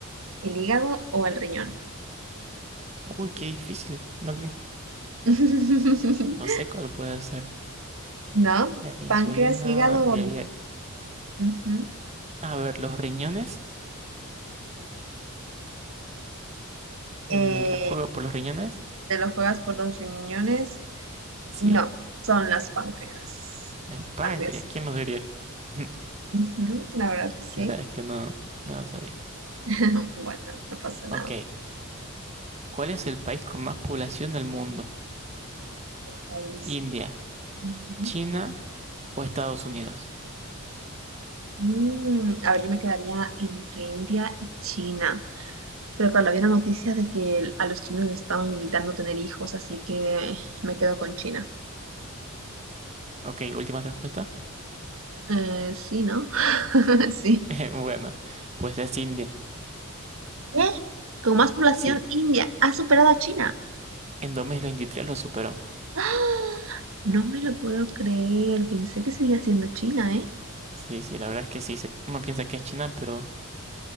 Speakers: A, on the right; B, on the right.
A: el hígado o el riñón?
B: Uy, qué difícil. No,
A: <laughs>
B: no sé cuál puede ser.
A: ¿No?
B: La insulina,
A: ¿Páncreas, hígado
B: diría.
A: o riñón? Ujú.
B: A ver, los riñones. Me
A: Eh,
B: los juego por los riñones.
A: ¿te lo juegas por los riñones?
B: Sí,
A: No, son las páncreas.
B: los
A: Es el páncreas,
B: páncreas.
A: sí.
B: ¿Quién los diría? <laughs>
A: Ujú, La verdad que sí.
B: La verdad es que no, no lo sabía.
A: <laughs> Bueno, no pasa nada.
B: Ok, ¿cuál es el país con más población del mundo?
A: El país.
B: ¿India,
A: Ujú.
B: China o Estados Unidos?
A: Mm, a ver, yo me quedaría entre India y China. Pero claro, había una noticia de que el- a los chinos les estaban limitando tener hijos, así que me quedo con China.
B: Ok, última respuesta.
A: Eh, sí, ¿no? <laughs> Sí.
B: <laughs> Bueno, pues es India.
A: ¿Qué? Con más población,
B: Sí,
A: India ha superado a China.
B: en 2023 lo superó.
A: ¡Ah! No me lo puedo creer. Pensé que seguía siendo China, ¿eh?
B: Sí, sí, la verdad es que sí, se- uno piensa que es China, pero